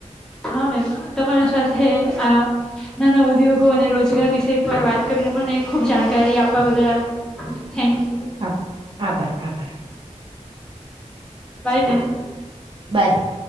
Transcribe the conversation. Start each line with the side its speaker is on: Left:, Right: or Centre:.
Centre: હા મેમ તમારા સાથે આ નાના ઉદ્યોગો અને રોજગાર વિષય પર વાત કરીને મને ખુબ જાણકારી આપવા બદલ થેન્કયુ.
Right: આભર આભર આબર.
Centre: પાઈને.
Right: બાય.